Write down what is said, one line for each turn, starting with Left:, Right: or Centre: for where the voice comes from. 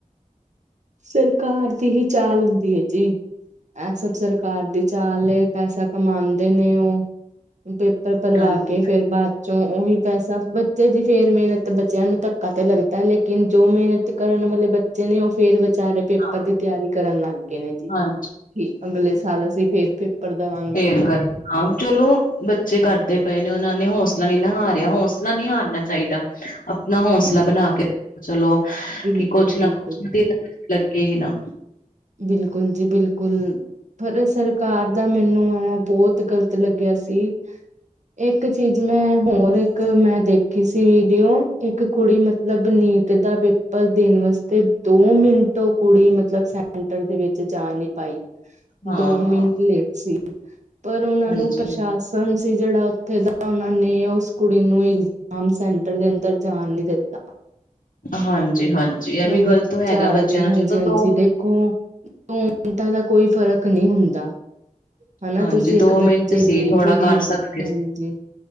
Right: ਸਰਕਾਰ ਦੀ ਹੀ ਚਾਲ ਹੁੰਦੀ ਹੈ ਜੀ। ਇਹ ਸਭ ਸਰਕਾਰ ਦੀ ਚਾਲ ਪੈਸਾ ਕਮਾਉਂਦੇ ਨੇ ਉਹ। ਪਰਵਾ
Left: ਹਾਂਜੀ
Right: ਕੇ ਫੇਰ ਬਾਅਦ ਚ ਉਹੀ ਪੈਸਾ ਬੱਚੇ ਦੀ ਫੇਰ ਮਿਹਨਤ ਬੱਚਿਆਂ ਨੂੰ ਧੱਕਾ ਤੇ ਲੱਗਦਾ ਲੇਕਿਨ ਜੋ ਮਿਹਨਤ ਕਰਨ ਵਾਲੇ ਬੱਚੇ ਨੇ ਉਹ। ਫੇਰ ਵਿਚਾਰੇ
Left: ਹਾਂ
Right: ਪੇਪਰ ਦੀ ਤਿਆਰੀ ਕਰਨ ਲੱਗ ਗਏ ਨੇ ਜੀ
Left: ਹਾਂਜੀ
Right: ਅਗਲੇ
Left: ਬਿਲਕੁਲ
Right: ਸਾਲ ਅਸੀਂ ਫੇਰ ਪੇਪਰ ਦਾ ਵਾਂਗ
Left: ਫੇਰ ਹਾਂ ਚਲੋ ਬੱਚੇ ਕਰਦੇ ਪਏ ਨੇ ਉਹਨਾਂ ਨੇ ਹੌਸਲਾ ਨੀ ਨਾ ਹਾਰਿਆ ਹੌਸਲਾ ਨਹੀਂ ਹਾਰਨਾ ਚਾਹੀਦਾ। ਅ। ਨਾ ਹੌਸਲਾ
Right: ਹਾਂਜੀ
Left: ਬਣਾ ਕੇ ਰੱਖ ਚਲੋ
Right: ਬਿਲਕੁਲ
Left: ਕਿ ਕੁਛ ਨਾ
Right: ਬਿਲਕੁਲ
Left: ਕੁਛ ਲੱਗੇਗੀ ਨਾ।
Right: ਬਿਲਕੁਲ ਜੀ ਬਿਲਕੁਲ। ਪਰ ਸਰਕਾਰ ਦਾ ਮੈਨੂੰ ਹੈ ਬਹੁਤ ਗ਼ਲਤ ਲੱਗਿਆ ਸੀ। ਇੱਕ ਚੀਜ਼ ਮੈਂ ਹੋਰ ਇੱਕ ਮੈਂ ਦੇਖੀ ਸੀ ਵੀਡੀਓ ਇੱਕ ਕੁੜੀ ਮ ਮਤਲਬ ਨੀਟ ਦਾ ਪੇਪਰ ਦੇਣ ਵਾਸਤੇ ਦੋ ਮਿੰਟ ਕੁੜੀ ਮਤਲਬ ਸੈਂਟਰ ਦੇ ਵਿੱਚ ਜਾ ਨੀ ਪਾਈ
Left: ਹਾਂ
Right: ਦੋ ਮਿੰਟ
Left: ਹਾਂ
Right: ਲੇਟ ਸੀ। ਪਰ ਉਹਨਾਂ
Left: ਹਾਂਜੀ
Right: ਨੂੰ ਪ੍ਰਸ਼ਾਸਨ ਸੀ ਜਿਹੜਾ ਉੱਥੇ ਦਾ ਉਹਨਾਂ ਨੇ ਉਸ ਕੁੜੀ ਨੂੰ ਆਮ ਸੈਂਟਰ ਦੇ ਅੰਦਰ ਜਾਣ ਨੀ ਦਿੱਤਾ।
Left: ਹਾਂਜੀ ਹਾਂਜੀ ਇਹ
Right: ਉਹ
Left: ਵੀ ਗ਼ਲਤ
Right: ਬੱਚਾ
Left: ਹੈਗਾ ਬੱਚਿਆਂ
Right: ਆ ਰਹੀ
Left: ਨਾਲ
Right: ਹਾਂਜੀ
Left: ਚਲੋ
Right: ਹਾਂਜੀ
Left: ਦੋ
Right: ਦੇਖੋ ਦੋ ਮਿੰਟਾਂ ਦਾ ਕੋਈ ਫ਼ਰਕ ਨਹੀਂ ਹੁੰਦਾ। ਹਨਾ
Left: ਹਾਂਜੀ
Right: ਤੁਸੀਂ ਇੱਕ
Left: ਦੋ
Right: ਬੱਚੇ
Left: ਮਿੰਟ ਸੀ
Right: ਦੀ
Left: ਥੋੜਾ
Right: ਪੂਰੀ
Left: ਕਰ ਸਕਦੇ
Right: ਹਾਂਜੀ।
Left: ਸੀ।